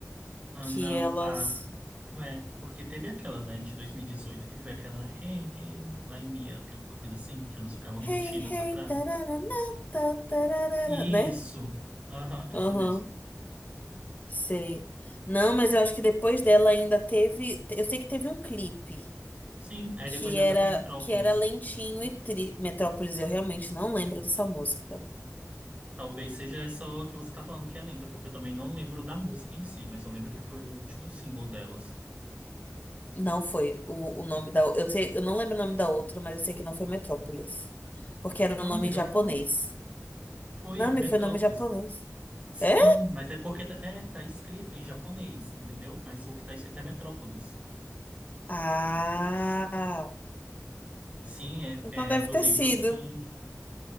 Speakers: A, on the right; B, on the left.
A: Ah,
B: que
A: não,
B: elas
A: ah, é, porque teve aquela, né, de 2018, que foi aquela Hey, hey, line me up, alguma coisa assim, que elas ficavam repetindo
B: Hey,
A: essa
B: hey,
A: frase.
B: tararana, ta, tararara,
A: Isso,
B: né?
A: aham, essa
B: Aham,
A: mesmo.
B: sei. Não, mas eu acho que depois dela ainda teve, eu sei que teve um clipe.
A: Sim, aí depois
B: que
A: dessa
B: era
A: foi Metrópolis.
B: que era lentinho e tri... Metrópolis, eu realmente não lembro dessa música.
A: Talvez seja essa que você tá falando que é lenta, porque eu também não lembro da música em si, mas eu lembro que foi o último single delas.
B: Não foi o, o nome da. Eu sei, eu não lembro o nome da outra, mas eu sei que não foi Metrópolis. Porque era
A: Não,
B: um nome
A: amiga,
B: em japonês.
A: foi. Foi,
B: Não,
A: é
B: me
A: Metrópolis.
B: foi nome em japonês.
A: Sim,
B: É?
A: mas é porque tá- é, tá escrito em japonês, entendeu? Mas o que tá escrito é Metrópolis.
B: Ah!
A: Sim,
B: Então
A: é,
B: deve
A: é, eu
B: ter
A: lembro
B: sido.
A: que